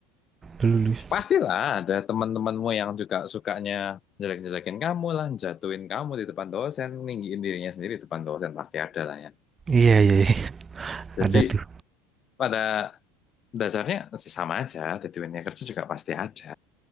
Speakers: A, on the right; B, on the left.
A: Lulus.
B: Pastilah ada teman-temanmu yang juga sukanya jelek-jelekin kamu lah, jatuhin kamu di depan dosen, ninggiin dirinya sendiri di depan dosen pasti ada lah ya.
A: Iya, iya, iya.
B: Jadi
A: Ada tuh.
B: pada Dasarnya sih sama aja, t 2 nya kerja juga pasti ada.